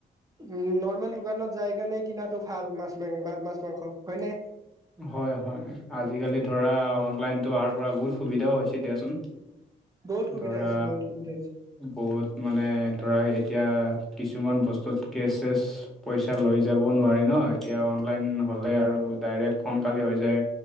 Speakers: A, on the right; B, in the centre.
A: উ নৰ্মেল দোকানত যাই কাৰণে কিনাটো ভাল মাছ মাং মাছ, মাংস হয়নে।
B: হয় হয় আজিকালি ধৰা অনলাইনতো অহাৰ পৰা বহুত সুবিধাও হৈছে দিয়াচোন।
A: <inaudible>
B: ধৰা
A: হৈছে বহুত সুবিধা হৈছে
B: বহুত মানে ধৰা এতিয়া কিছুমান বস্ত- য'ত কেচ চেছ পইচা লৈ যাব নোৱাৰি ন এতিয়া অনলাইন হ'লে আৰু ডাইৰেক্ট সোনকাল হৈ যায়